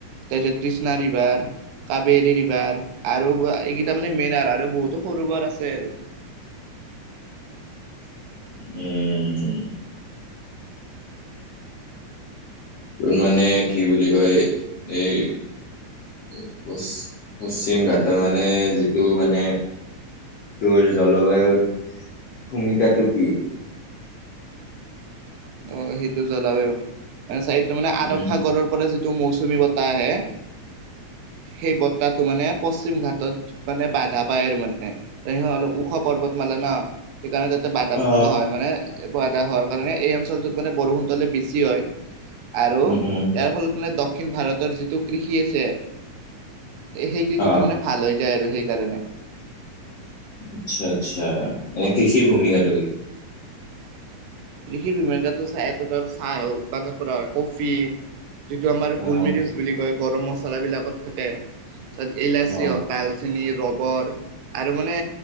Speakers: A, on the right; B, on the left.
A: তাছত কৃষ্ণা ৰিভাৰ কাবেৰী ৰিভাৰ আৰু এইকেইটা মানে মেইন আৰু আৰু বহুতো সৰু বৰ আছে আৰু
B: <unintelligible> উম তোৰ মানে কি বুলি কয় এই পচ পশ্চিম ঘাটৰ মানে যিটো মানে তোৰ জলবায়ুৰ ভূমিকাটো কি
A: অ সেইটো জলবায়ু চাৰিত মানে
B: উম।
A: আৰৱ সাগৰৰ পৰা যি তো মৌচুমী বতাহ আহে
B: <unintelligible>
A: সেই বতাহটো মানে পশ্চিম ঘাটত মানে বাধা পায় আৰু মানে তেনেকে অলপ ওখ পৰ্বত মালা। ন সেইকাৰণে তাতে বাধাপ্ৰাপ্ত
B: অ'।
A: হয় মানে বাধা হোৱাৰ কাৰণে এই অঞ্চলটোত মানে বৰষুণতো অলপ বেছি হয় আৰু
B: উম,
A: ইয়াৰ
B: উম,
A: ফলত মানে দক্ষিণ ভাৰতৰ যিটো কৃষি আছে সেই কৃষিটো
B: অ',
A: মানে ভাল হৈ যায় আৰু সেইকাৰণে।
B: আচ্ছা আচ্ছা এনে কৃষিৰ ভূমিকাটো কি
A: কৃষিৰ ভূমিকাতো চাহ উৎপাদন কৰা হয় কফি যিটো আমাৰ
B: অ',
A: গোলমিৰিচ বুলি কয় গৰম মছলাবিলাকত থাকে তাত ইলাচি
B: অ',
A: হওক ডাল। চেনি ৰবৰ আৰু মানে